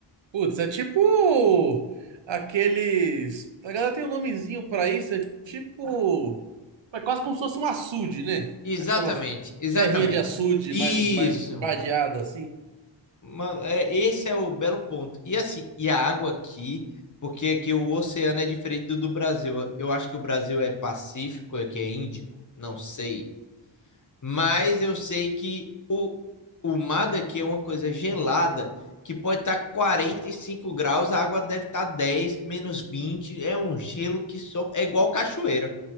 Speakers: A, on the right (about 70°); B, on the left (about 40°).
A: Putz, é tipo aqueles. A galera tem um nomezinho pra isso, é tipo. É quase como se fosse um açude, né?
B: Exatamente,
A: Aquelas
B: exatamente.
A: terrinha de açude
B: Isso.
A: mais, mais badeada assim.
B: Mano, é, esse é o belo ponto. E assim, e a água aqui, porque aqui o oceano é diferente do do Brasil. Eu acho que o Brasil é Pacífico, aqui é Índico, não sei. Mas eu sei que o, o mar daqui é uma coisa gelada, que pode estar 45 graus, a água deve estar 10 menos vinte É um gelo que só. É igual cachoeira.